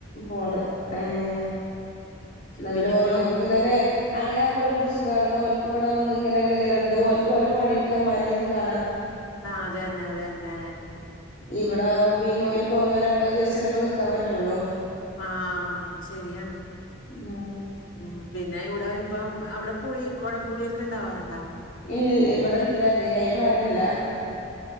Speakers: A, on the left; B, on the left.
A: പോണം ഏഹ് ന്നാ
B: പിന്നിപ്പോ
A: പിന്നെ ഓലെ ഓൽക്കും തെന്നെ അങ്ങനമ്പോഓൽക്കു സുഖണ് ന്നാ അങ്ങനെയാമ്പം ഓൽക്കും സുഖാണ്. ന്നാ ഓൽക്കും ഇവടെ വന്ന് ഇങ്ങനെ <unintelligible> ഓൽക്ക് ഓലെ പണിട്ക്ക മ്മാനി ഒന്ന് കാണാ.
B: ആഹ് അതെന്നെ അതെന്നെ.
A: ഇവടെ ആമ്പ പിന്നെ ഓൽക്ക് ഒന്നോ രണ്ടോ ദിവസല്ലെ പ്പ നിക്കാ പറ്റുള്ളൂ.
B: ആഹ് ശെരിയാണ്.
A: <unintelligible>
B: ഉം പിന്നെ ഇവിടെ ഇപ്പം അവടെ പുളി കൊടംപുളിക്കെണ്ടാവാറ്ണ്ടാ?
A: ഇൽ ഇവിടെ ല്ലത് അയിനെ മരല്ല